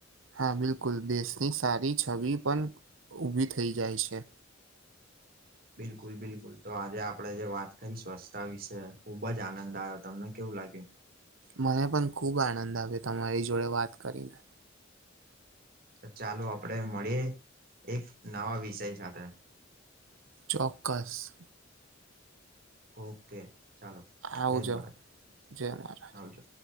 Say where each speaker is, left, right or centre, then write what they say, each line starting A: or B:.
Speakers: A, on the right (about 80°); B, on the right (about 50°).
A: હા, બિલકુલ દેશની સારી છબિ પણ ઊભી થઈ જાય છે.
B: બિલકુલ બિલકુલ તો આજે આપડે જે વાત કરી સ્વચ્છતા વિશે ખુબ જ આનંદ આયો તમે. કેવું લાગે?
A: મને પણ ખુબ આનંદ આવ્યો તમારી જોડે વાત કરીને.
B: તે ચાલો આપડે મળીએ એક નવા વિષય સાથે.
A: ચોક્કસ.
B: ઓકે ચાલો.
A: આવજો
B: જય મહારાજ.
A: જય મહારાજ
B: આવજો.